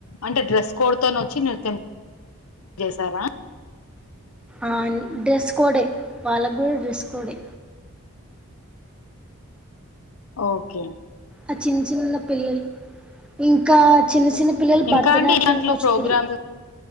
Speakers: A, on the left; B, in the centre.
A: అంటే డ్రెస్ కోడ్ తన వచ్చి చేసార
B: ఆ డ్రెస్ కోడే వల్ల కూడ డ్రెస్ కోడే
A: ఒకే
B: ఆ చిన్న చిన్న పిల్లలు ఇంకా చిన్న చిన్న పిల్లలు భరతనాట్యలు
A: ఇంకా అండి దాంట్లో
B: కూచిపుడి
A: ప్రోగ్రామ్స్